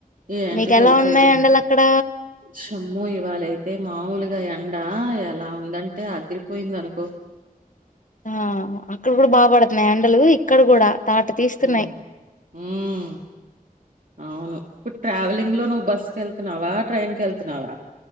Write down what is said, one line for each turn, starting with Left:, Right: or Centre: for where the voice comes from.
Right: ఏంటి
Left: మీకెలా
Right: చేసేది
Left: ఉన్నాయి ఎండలు అక్కడ
Right: శోమ్మో ఇవాలైతే మాములుగా ఎండా అలా ఉందంటే ఆదిరిపోయింది అనుకో
Left: ఆ అక్కడ కూడా బా పడుతున్నాయ ఎండలు ఇక్కడ కూడా తాట తీస్తున్నాయి
Right: మ్ మ్ అవును ఇప్పుడు ట్రావెలింగ్ లో నువ్వు బస్ కేళ్తున్నావా ట్రైన్ కేళ్తున్నావా